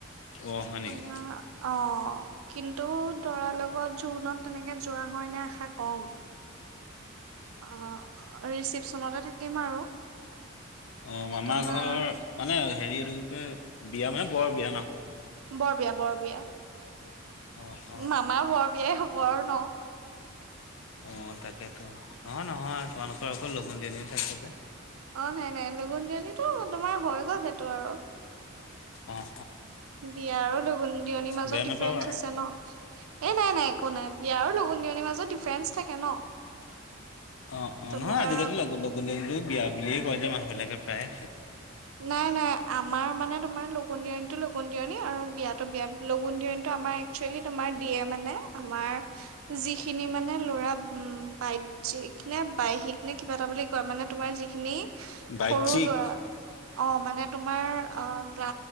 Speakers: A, on the left (about 70°); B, on the right (about 85°).
A: অ হয় নেকি
B: তোমাৰ অ। কিন্তু দৰাৰ লগত জোৰোণত তেনেকে যোৱা হয় নে আশা কম। অ ৰিচিপচনতে থাকিম আৰু।
A: অ মামাৰ
B: তোমাৰ
A: ঘৰ মানে হেৰি এইটো কি কয়, বিয়া মানে বৰ বিয়া ন?
B: বৰ বিয়া, বৰ বিয়া।
A: অ অ
B: মামাৰ বৰ বিয়াই হব আৰু ন?
A: অ তাকেতো। অ নহয় তোমালোকৰ আকৌ লগুণ দিয়নি এটা থাকে যে।
B: অ নাই, নাই। লগুন দিয়নিটো তোমাৰ হৈ গ'ল সেইটো আৰু।
A: অঁ।
B: বিয়া আৰু লগুণ দিয়নিৰ মাজত
A: বেয়া
B: ডিফাৰেন্ঞ্চ
A: নাপাবা
B: আছে ন? এ নাই, নাই। একো নাই। বিয়া আৰু লগুণ লগুণ দিয়নীৰ মাজত ডিফাৰেন্ঞ্চ থাকে ন?
A: অ-অ,
B: তোমাৰ
A: নহয়। আজিকালি লগ লগুণ দিয়নীটো ও বিয়া বুলিয়ে কয় যে মানুহ বিলাকে প্ৰায়েই।
B: নাই নাই, আমাৰ মানে তোমাৰ লগুণ দীয়নিটো লগুণ দিয়নী আৰু বিয়াতো বিয়া। লগুন দীয়নি আমাৰ একচেলি তোমাৰ দিয়ে মানে। আমাৰ যিখিনি মানে ল'ৰা, উ বাইতজীক নে বাহ্যিক নে কিবা এটা বুলি কয় মানে তোমাৰ যিখিনি
A: বাজ্যিক
B: সৰু ল'ৰা অ মানে তোমাৰ অ ক্লা